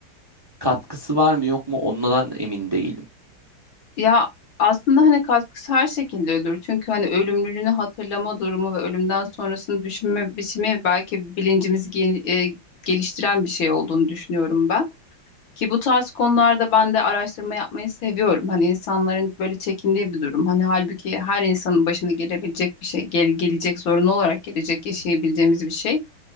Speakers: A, on the right; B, on the left.
A: katkısı var mı yok mu ondan emin değilim.
B: Ya aslında hani katkısı her şekilde ölür. Çünkü hani ölümlülüğünü hatırlama durumu ve ölümden sonrasını düşünme biçimi belki bilincimizi ge- e, geliştiren bir şey olduğunu düşünüyorum ben. Ki bu tarz konularda ben de araştırma yapmayı seviyorum. Hani insanların böyle çekindiği bir durum. Hani halbuki her insanın başına gelebilecek bir şey, gel gelecek zorunlu olarak gelecek yaşayabileceğimiz bir şey.